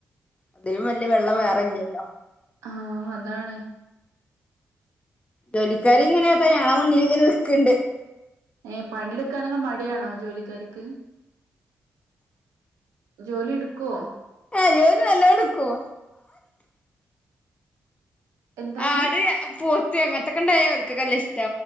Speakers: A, on the left; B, on the right.
A: അതിലും വല്ല്യ വെള്ളം വേറെല്ല്യല്ലോ
B: ആഹ് അതാണ്.
A: ജോലിക്കാരി ഇങ്ങനെ ദേ ഞങ്ങളെ മുന്നിലിങ്ങനെ നിക്ക്ണ്ട്.
B: ഏഹേ പണിയെടുക്കാനൊക്കെ മടിയണോ ജോലിക്കാരിക്ക്? ജോലി ഇടുക്കോ?
A: ഏഹ് ജോലി നല്ലോ ഇടുക്കും.
B: എന്താണ്
A: ആട്, പോത്ത്, അങ്ങനത്തൊക്കെ ഇണ്ടായ ഓൽക്കക്കെ നല്ല ഇഷ്ട്ട